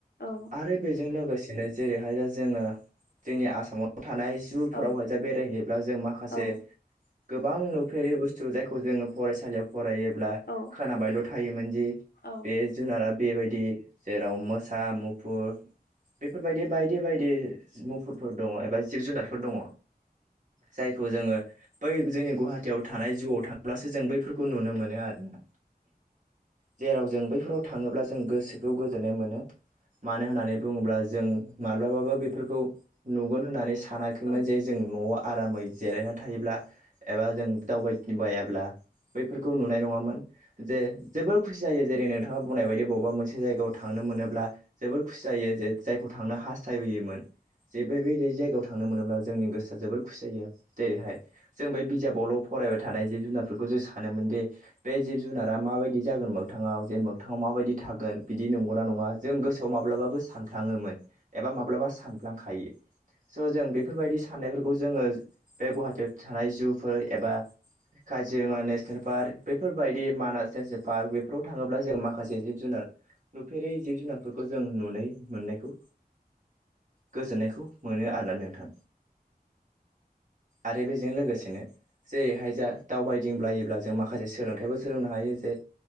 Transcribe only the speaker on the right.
आरो बेजों लोगोसेनो जेरैहाय दा जोंङो जोंनि आसामाव थानाय जुफोरावहाय
बेरायहैयोब्ला जों माखासे
गोबां नुफेरि बुस्थु स जायखौ जोंङो फरायसालियाव फरायोब्ला
खोनाबायल थायोमोन जि
बे जुनारा बेबायदि जेराव मोसा मुफुर बेफोरबायदि बायदि-बायदि मुफुरफोर दंङ एबा जिब जुनारफोर दंङ जायखौ जोंङो बै जोंनि गुवाहाटियाव थानाय जिउआव थांब्लासो जों बैफोरखौ नुनो मोनो आरोना जेराव जों बैफोराव थांङोब्ला जों गोसोखौ गोजोननाय मोनो मानो होननानै बुंङोब्ला जों माब्लाबाबो बेफोरखौ नुगोन होननानै सान सानाखैमोन
जे जों नआव आरामै जिरायना थायोब्ला एबा जों दावबाय बायाब्ला बैफोरखौ नुनाय नंङामोन जे जोबोर खुसि जायो जेरै नोंथांङा बुंनाय बायदि बबेबा मोनसे जायगायाव थांनो नो मोनोब्ला जोबोर खुसि जायो जे जायखौ थांनो हास्थायबोयोमोन जे बेबाय जायगायाव थांनो मोनोब्ला जोंनि गोसोआ जोबद खुसि जायो जेरैहाय जों बे बिजाबावल फरायबाय थानाय जिब जुनारफोरखौ जों सानोमोन दि बे जिब जुनारा माबायदि जागोन मोगथांङाव जे मोगथांङाव माबायदि थागोन बिदि नंगौना नंङा जों गोसोआव माब्लाबाबो सानफ्लांङोमोन एबा माब्लाबा सानफ्लांखायो स जों बेफोरबायदि साननायफोरखौ जोंङो बे गुवाहाटियाव थानाय जुफोर एबा काजिरंङा नेसनेल पार्क बेफोरबायदि मानास नेसनेल पार्क बेफोराव थांङोब्ला जों माखासे जिब जुनार नुफेरै जिब जुनारफोरखौ जों नुनाय मोननायखौ
गोजोननायखौ मोनो आरोना नोंथां आरो बेजों लोगोसेनो जेरैहाय जा दावबायदिंब्लायोब्ला जों माखासे सोलोंथाइबो सोलोंनो हायो जे